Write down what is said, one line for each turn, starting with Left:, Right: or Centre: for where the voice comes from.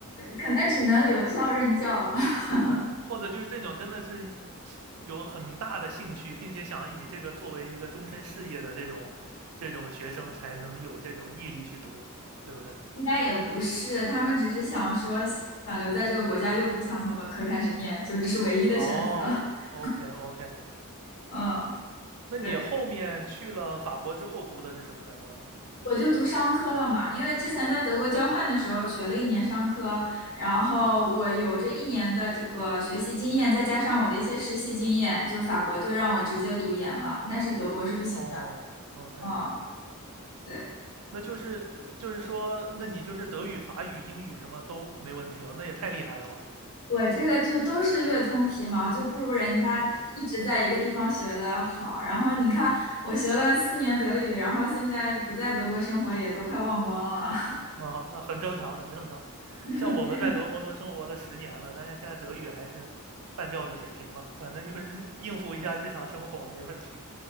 Left: 可能只能留校任教了，<laughs>
Right: 嗯，或者就是这种真的是有很大的兴趣，并且想以这个作为一个终身事业的这种这种学生，才能有这种毅力去读，对不对？
Left: 应该也不是，他们只是想说想留在这个国家，又不想从本科开始念，就这是唯一的选择。
Right: 哦，OK
Left: <laughs>
Right: OK，
Left: 嗯，
Right: 那你后面去了法国之后读的是什么专业呢？
Left: 对。我就读商科了嘛，因为之前在德国交换的时候学了一年商科，然后我有这一年的这个学习经验，再加上我的一些实习经验，就法国就让我直接读研了，但是德国是不行的。
Right: 哦，OK，
Left: 嗯，对，
Right: 那就是呃就是说，那你就是德语、法语、英语什么都没问题哦，那也太厉害了吧？
Left: 我这个就都是略通皮毛，就不如人家就是一直在一个地方学的好。然后你看，我学了四年德语，然后现在不在德国生活也都快忘光了。
Right: 啊，那很正常，很正常。
Left: <laughs>
Right: 像我们在德国都生活了十年了，
Left: 对，
Right: 但是现在德语还是半吊子水平吧，反正就是日应付一下日常生活没问题。